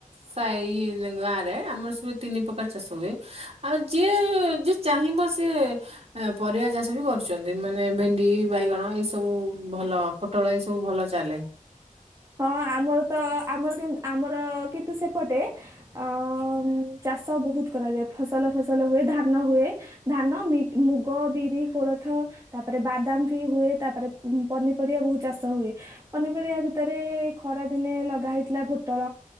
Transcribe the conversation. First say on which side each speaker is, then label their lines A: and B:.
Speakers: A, on the right; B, on the right.
A: ସାଇରେ ଗାଁରେ ଆମର ସବୁ ତିନି ପ୍ରକାର ଚାଷ ହୁଏ ଆଉ ଯିଏ ଯି ଚାହିଁବ ସିଏ ଏଁ ପରିବା ଚାଷ ବି କରୁଛନ୍ତି ମାନେ ଭେଣ୍ଡି ବାଇଗଣ ଏସ୍ ତବୁ ଭଲ ପୋଟଳ ଏସବୁ ଭଲ ଚାଲେ।
B: ହଁ ଆମର ତ ଆମର କିନ୍ତ୍ ଆମର କିନ୍ତୁ ସେପଟେ ଅ ଉଁ ଚାଷ ବୋହୁତ କରାଯାଏ ଫସଲ ଫସଲ ହୁଏ ଧାନ ହୁଏ। ଧାନ ମିଗ୍ ମୁଗ ବିରି କୋଳଥ ତାପରେ ବାଦାମ୍ ଭି ହୁଏ ତାପରେ ଉଁ ପନିପରିବା ବୋହୁତ ଚାଷ ହୁଏ ପନିପରିବା ଭିତ୍ ତେରେ ଖରା ଦିନେ ଲଗା ହେଇଥିଲା ପୋଟଳ